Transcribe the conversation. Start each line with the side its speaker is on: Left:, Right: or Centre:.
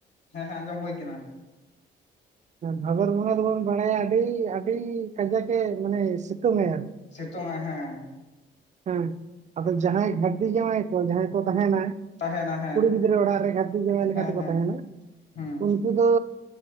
Left: ᱦᱮᱸ ᱦᱮᱸ ᱟᱸᱡᱚᱢ ᱦᱩᱭ ᱟᱠᱟᱱᱟ᱾ <unintelligible>
Right: ᱵᱷᱟᱫᱚᱨ ᱵᱚᱸᱜᱟ ᱫᱚᱵᱚᱱ ᱵᱟᱲᱟᱭᱟ ᱟᱹᱰᱤ ᱟᱹᱰᱤ ᱠᱟᱡᱟᱠᱮ ᱢᱟᱱᱮ ᱥᱤᱛᱩᱝᱼᱟᱭ ᱟᱨᱠᱤ᱾
Left: ᱥᱤᱛᱩᱝ ᱟᱭ, ᱦᱮᱸ᱾
Right: ᱦᱮᱸ ᱟᱫᱚ ᱡᱟᱦᱟᱸᱭ ᱜᱷᱟᱹᱨᱫᱤ ᱡᱟᱶᱟᱭ ᱠᱚ ᱡᱟᱦᱟᱸᱭ ᱠᱚ ᱛᱟᱸᱦᱮᱱᱟ
Left: ᱛᱟᱦᱮᱱᱟ ᱦᱮᱸ
Right: ᱠᱩᱲᱤ ᱜᱤᱫᱽᱨᱟᱹ ᱚᱲᱟᱜ ᱨᱮ ᱜᱷᱟᱹᱨᱫᱤ ᱡᱟᱶᱟᱭ ᱞᱮᱠᱟ
Left: ᱦᱮᱸ
Right: ᱛᱮᱠᱚ
Left: ᱦᱮᱸ
Right: ᱛᱟᱦᱮᱱᱟ,
Left: ᱦᱮᱸ
Right: ᱩᱱᱠᱩ ᱫᱚ